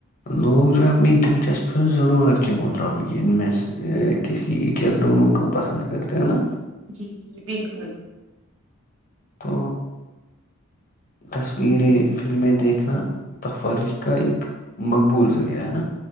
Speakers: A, on the left (about 40°); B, on the right (about 60°).
A: لوگ جو ہے اپنی دلچسپی ضرورت کے مطابق ان میں سے کسی ایک یا دونوں کو پسند کرتے ہیں نا
B: جی جی بالکل
A: تو تصویریں فلمیں دیکھنا تفریح کا ایک مقبول ذریعہ ہے نا